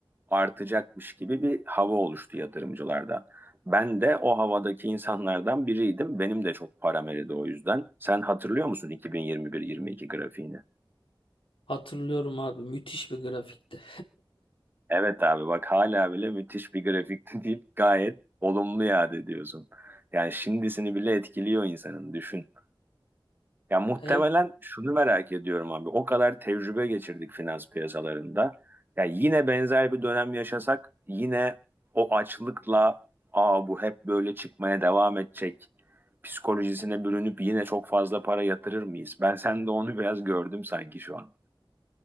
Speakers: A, on the right; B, on the left.
A: artacakmış gibi bir hava oluştu yatırımcılarda. Ben de o havadaki insanlardan biriydim. Benim de çok param eridi o yüzden. Sen hatırlıyor musun 2021-22 grafiğini?
B: Hatırlıyorum abi müthiş bir grafikti.
A: Evet abi bak hala bile müthiş bir grafikti <laughs> deyip gayet olumlu yad ediyorsun. Yani şimdisini bile etkiliyor insanın düşün. Ya muhtemelen
B: Evet.
A: şunu merak ediyorum abi. O kadar tecrübe geçirdik finans piyasalarında. Ya yine benzer bir dönem yaşasak yine o açlıkla aa bu hep böyle çıkmaya devam edecek psikolojisine bürünüp yine çok fazla para yatırır mıyız? Ben sende onu biraz gördüm sanki şu an.